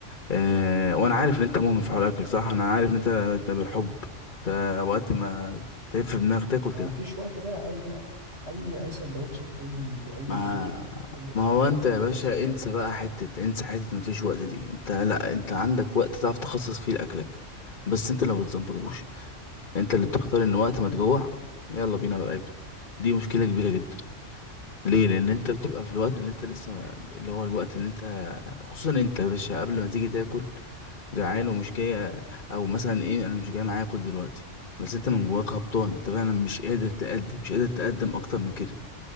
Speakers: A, on the left (about 45°); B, on the right (about 65°).
A: آه وانا
B: مم.
A: عارف ان انت مهمل في حوار الاكل صح انا عارف ان انت انت بالحب انت وقت ما تلف في دماغك تاكل
B: ما
A: تاكل
B: فيش وقت بقى اي اي اي سندوتش في اي اي
A: ما
B: بريك او اي حاجه
A: ما هو
B: بتاكله
A: انت يا
B: خلاص
A: باشا
B: يعني
A: انسى
B: ما فيش
A: بقى
B: وقت
A: حتة
B: بقى
A: انسى حتة مفيش وقت دي انت لا انت عندك وقت تعرف تخصص فيه لأكلك بس انت اللي ما بتظبطوش انت اللي بتختار ان وقت ما تجوع يلا بينا بقى اكل دي مشكلة كبيرة جدا ليه لان انت بتبقى في الوقت اللي انت لسه ما... اللي هو الوقت اللي انت خصوصا انت يا باشا قبل ما تيجي تاكل جعان ومش جاي او مثلا ايه انا مش جاي معايا اكل دلوقتي بس انت من جواك هبطان انت فعلا مش قادر تأدي مش قادر تقدم اكتر من كده